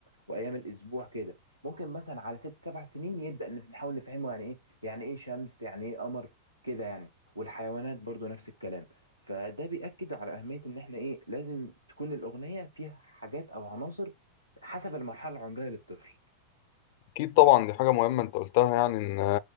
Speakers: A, on the right; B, on the left.
A: وايام الاسبوع كده ممكن مثلا على ست سبع سنين يبدا نف- نحاول نفهمه يعني ايه يعني ايه شمس يعني ايه قمر كده يعني والحيوانات برضو نفس الكلام فده بيأكد على أهمية إن إحنا إيه لازم تكون الأغنية فيها حاجات أو عناصر حسب المرحلة العمرية للطفل
B: أكيد طبعا دي حاجة مهمة أنت قلتها يعني إن